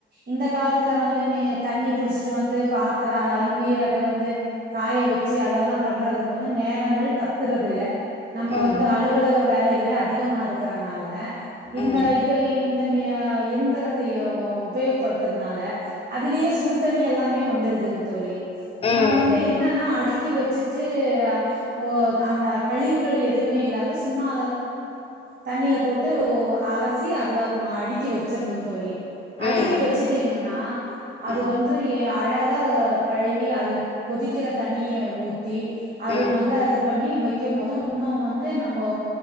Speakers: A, on the right; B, on the left.
A: இந்த காலத்துல வந்து நீ தண்ணி புடிச்சிட்டு வந்து பாத்திரோ அலும்பி அத வந்து காய வச்சு அதெல்லா பண்றதுக்கு வந்து நேரங்கள் பத்துறது இல்ல நம்ம
B: ம்
A: வந்து அலுவலக வேலைகள அதிகமா இருக்கிற னால இந்த
B: ம்
A: இது இந்த ம எந்திரத்த உபயோகப்படுத்துறனால அதுலயே எல்லாமே வந்துடுதுங்க தோழி
B: ம்
A: நம்ம வந்து என்னன்னா அடி அடுக்கி வச்சுட்டு ஓ அந்த கழிவுகள் எதுவுமே இல்லாத சும்மா தண்ணில போட்டு அலசி அதுல அடுக்கி வச்சரணு தோழி அடிக்கி
B: ம்
A: வச்சுட்டீங்கன்னா அது
B: ம்
A: வந்து அழஹா கழுவி அது கொதிக்கிற தண்ணிய ஊத் அது
B: ம்
A: நல்லா இது பண்ணி வக் க்கும் போது இன்னுவந்து நம்ம